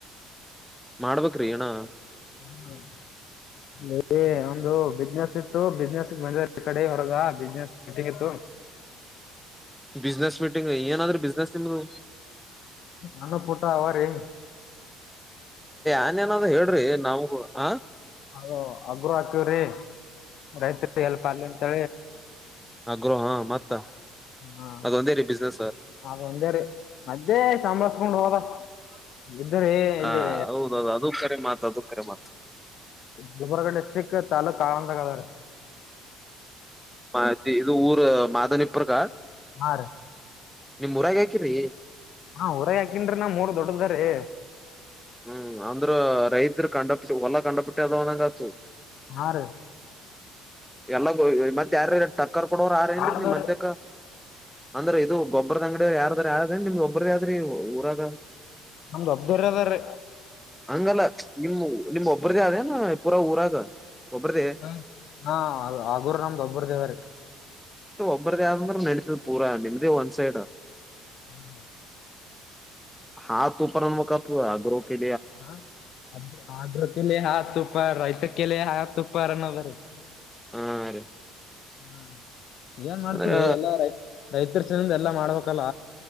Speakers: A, in the centre; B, on the left.
A: ಮಾಡ್ಬ್ರಿ ಏಣ್ಣ
B: ಹ್ಮ ಒಂದು ಬಿಸ್ನೆಸ್ ಇತ್ತು ಬಿಸ್ನೆಸ್ ಮಂದ ಕಡೆ ಹೊರಗ ಬಿಸ್ನೆಸ್ಟ್ಟಗತ್ತು
A: ಬಿಸ್ನೆಸ್ ಮೀಟಿಂಗ್ ಏನಾದ್ರೂ ಬಿಸ್ನೆಸ್ ನಿಮ್ದು
B: ನಾನು ಪುಟ ಅವಾರ ಏನು
A: ಆಏನ್ಏನಾದ್ರ ಹೇಳ್ರಿ ನಾವಗೂ ಹ
B: ಅದ ಅಗರು ಹಾಕವ್ರಿ ರೈತರಿ ಎಲ್ಪ ಅಲ್ಲಿ ಅಂತಿ
A: ಆಗ್ರೋಹ ಮತ್ತ
B: ಹಾ
A: ಅದೊಂದೇ ರೀ ಬಿಸ್ನೆಸ್
B: ಅ ಒಂದೇ ರೀ ಮದೆ ಸಂಂಬ್ರಸ್ಕೊಂಡ್ ಹೋದ ಇದ್ರಿ
A: ಹಾ
B: ಇಲ್ಲಿ
A: ಹೌದೌದು ಅದ ಕರೆ ಮಾತು ಅದು ಕರೆ ಮಾತು
B: ಗಿಬರ್ಗ ಡಿಸ್ಟ್ರಿಕ್ ತಾಲ್ಲೂಕು ಆಳಂದಾಗದ್ರೆ
A: ಮ ಇದು ಊರು ಮಾದನಿಪ್ಪರಕಾ
B: ಹಾ ರ
A: ನಿಮ್ ಊರಾಗ ಹಾಕಿರಿ
B: ಹಾ ಹೊರ ಹಾಕನ್ ನಾ ಮೂರ್ ದೊಡ್ಡದ್ರೀ
A: ಹ್ಮ್ ಅಂದ್ರ ರೈತರು ಕಂಡ ಬಿಟ್ಟ ಹೊಲ್ಲ ಕಂಡ ಬಿಟ್ಟ ಅದಂದಂಗತು
B: ಆರು
A: ಎಲ್ಲ ಮತ್ತತ್ ಯಾರ ಟಕ್ಕರ್ ಕೊಡವ್ರ ಆರ ಏನ್
B: ಭಾಳ ಅದಾವ
A: ನಿಮ್ ಮಂತೆಕ್ಕ
B: ರೀ
A: ಅಂದ್ರೆ ಇದು ಗೊಬ್ರದ ಅಂಗಡಿ ಯಾರ್ದ್ರ ಯ ನಿಮ್ದ್ ಒಬ್ರದ ಯಾದ್ರಿ ಊರಾಗ
B: ನಮ್ದು ಅಬ್ದುರರದ್ರ
A: ಹಂಗಲ್ಲ ನಿಮ ನಿಮ್ ಒಬ್ಬ್ರ್ದ ಆದೇನ ಪೂರಾ ಊರಾಗ ಒಬ್ಬ್ರದೇ
B: ಹ್ಮ್ ಹಾ ಆಗೂರು ನಮ್ದೊಬ್ಬರ ದೇವ್ರೀ
A: ಒಬ್ಬರದ ಆಂದ ನೆಲ ಪೂರ ನಿದ ಒನ್ ಸೈಡ್
B: ಹ್ಮ್
A: ಹಾ ತು ಪ ಅನ್ವಕಪ್ಪ ಗ್ರೋ ಕೆ
B: ಹಾ ಅ್ರ ಅ್ರಕ ಹ ತ ಉಪ ರೈತ ಕೆಲ ಹತ್ತು ಉಪ್ಪರನ್ನ ಬರು
A: ಹಾ ರೀ
B: ಹ್ಮ ಏನ್ ಮಾಡ್ತರಿ
A: ಅಂದ್ರ
B: ಎಲ್ಲಾ ರೈ ರೈತರಸಿನಂದ ಎಲ್ಲಾ ಮಾಡ್ಬೇಕಲ್ಲ